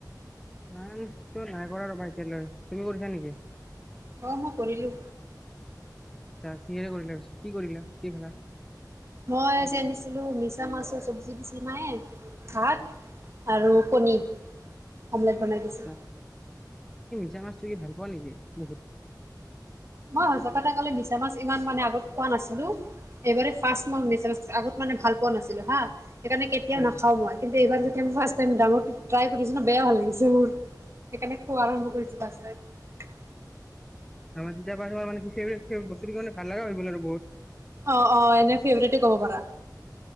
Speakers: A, in the centre; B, on the right (about 40°).
A: নাই তই নাই কৰা ৰবা এতিয়ালৈ তুমি কৰিছা নেকি?
B: অহ' মই কৰিলোঁ।
A: আহ কিহৰে কৰিলা পিছে, কি কৰিলা, কি খালা?
B: মই আজি আনিছিলোঁ মিছা মাছৰ চব্জি দিছিলে মায়ে ভাত। আৰু কণী অমলেট বনাই দিছোঁ
A: আচ্ছা <unintelligible> মাছটো কি ভাল পোৱা নিকি বহুত?
B: মই সঁচা কথা ক'লে মিছা মাছ ইমান মানে আগত খোৱা নাছিলোঁ। এইবাৰে ফাৰ্ষ্ট মই মিছা মাছ আগত মানে ভাল পোৱা নাছিলোঁ হা। সেইকাৰণে কেতিয়া
A: উম।
B: নাখাওঁ মই, কিন্তু এইবাৰ যেতিয়া ফাৰ্ষ্ট টাইম ডাঙৰটো ট্ৰাই কৰিছোঁ ন! বেয়া ভাল লাগিছে মোৰ। সেইকাৰনে খোৱা আৰম্ভ কৰিছোঁ <unintelligible>
A: <unintelligible> ভাল লগা হৈ গ'ল আৰু বহুত।
B: অ', অ', এনে ফেভৰেটেই ক'ব পাৰা।